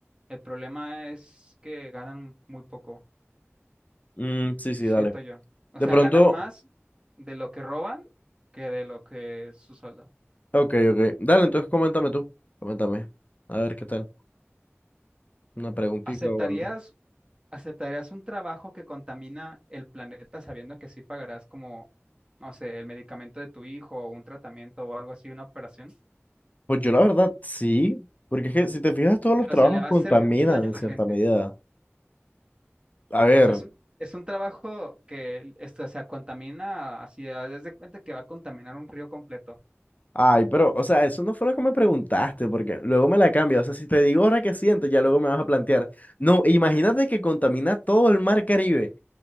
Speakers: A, on the right; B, on the left.
A: El problema es que ganan muy poco,
B: Mm, sí, sí,
A: siento
B: dale.
A: yo. O
B: De
A: sea,
B: pronto.
A: ganan más de lo que roban que de lo que es su sueldo.
B: Ok, ok. Dale, entonces coméntame tú. Coméntame. A ver qué tal. Una preguntita
A: ¿Aceptarías,
B: o algo.
A: aceptarías un trabajo que contamina el planeta sabiendo que sí pagarás como, no sé, el medicamento de tu hijo o un tratamiento o algo así, una operación?
B: Pues yo la verdad sí, porque es que si te fijas todos los
A: Pero
B: trabajos
A: se le va
B: contaminan
A: a hacer mucho daño
B: en
A: a la
B: cierta
A: gente.
B: medida. A ver,
A: O sea, es un, es un trabajo que, esto, o sea, contamina, así, desde de cuenta que va a contaminar un río completo.
B: ay, pero,
A: Y-
B: o
A: <laughs>
B: sea, eso no fue lo que me preguntaste, porque luego me la cambia. O sea, si te digo ahora qué siento, ya luego me vas a plantear. No, imagínate que contamina todo el mar Caribe.